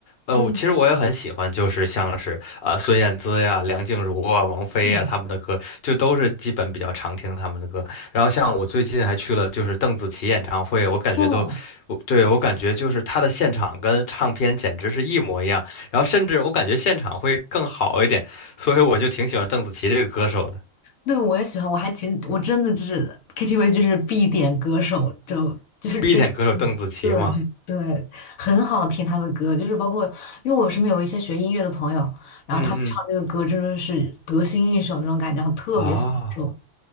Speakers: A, on the left; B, on the left.
A: 呃，
B: 嗯
A: 我其实我也很喜欢，就是像是啊孙燕姿呀、梁静茹啊、王菲呀他们的歌，
B: 嗯，
A: 就都是基本比较常听他们的歌。然后像我最近还去了就是邓紫棋演唱会，我感觉都，
B: 哦。
A: 我对我感觉就是她的现场跟唱片简直是一模一样，然后甚至我感觉现场会更好一点，所以我就挺喜欢邓紫棋这个歌手的
B: 对，我也喜欢，我还挺，我真的就是 KTV 就是必点歌手，就就是真
A: ，B 点歌手邓紫棋嘛。
B: 的对对，很好听他的歌，就是包括因为我身边有一些学音乐的朋友，然后他们唱这个歌真的是得心应手那种感觉，
A: 嗯嗯
B: 然后特别享受。
A: 啊